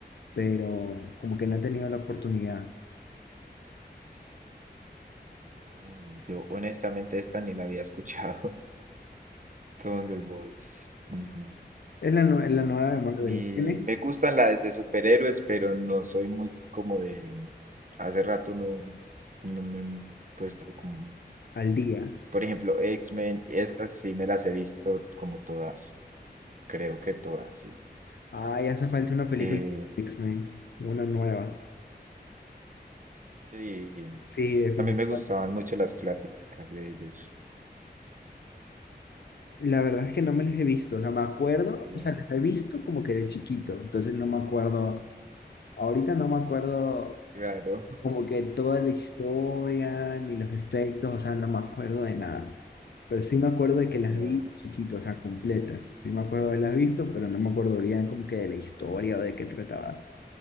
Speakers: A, on the left; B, on the right.
A: pero como que no he tenido la oportunidad.
B: Mm, Yo honestamente esta ni la había escuchado. Thunderbolts. mm,
A: Es la, nue- la nueva
B: A
A: de Marvel.
B: mí
A: Tiene
B: me gustan las de superhéroes, pero no soy muy como de... Hace rato no, no me he puesto como...
A: al día.
B: Por ejemplo, X-Men, esas sí me las he visto como todas. Creo que todas, sí.
A: Ah, ya hace falta una película
B: Eh,
A: de X-Men, una nueva.
B: sí,
A: Sí, definitivamente.
B: a mí me gustaban mucho las clásicas de ellos.
A: La verdad es que no me las he visto, o sea, me acuerdo,
B: Por ejemplo,
A: o sea, las he visto como que de chiquito, entonces no me acuerdo, ahorita no me acuerdo
B: claro, <laughs>
A: como que toda la historia, ni los efectos, o sea, no me acuerdo de nada. Pero sí me acuerdo de que las
B: no,
A: vi chiquito, o sea, completas. Sí me acuerdo de haberlas visto, pero no me acuerdo bien como que de la historia o de qué trataba.